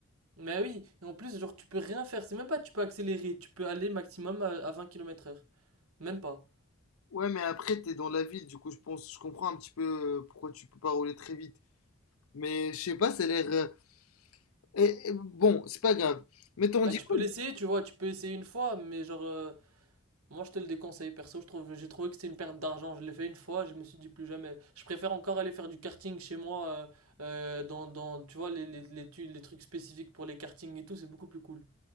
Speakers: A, on the right; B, on the left.
A: Mais oui, et en plus genre tu peux rien faire, c'est même pas que tu peux accélérer, tu peux aller maximum à, à 20 km/h, même pas.
B: Ouais, mais après t'es dans la ville, du coup je pense je comprends un petit peu euh, pourquoi tu peux pas rouler très vite. Mais je sais pas, ça a l'air euh, eh, eh, bon, c'est pas grave. Mais t'en
A: Bah
B: dis
A: tu
B: quoi
A: peux l'essayer, tu vois, tu peux essayer une fois, mais genre euh, Moi, je te le déconseille, perso. Je trouve, j'ai trouvé que c'était une perte d'argent. Je l'ai fait une fois, je me suis dit plus jamais. Je préfère encore aller faire du karting chez moi, euh, euh, dans, dans, tu vois, les, les, les, tu- les trucs spécifiques pour les kartings et tout, c'est beaucoup plus cool.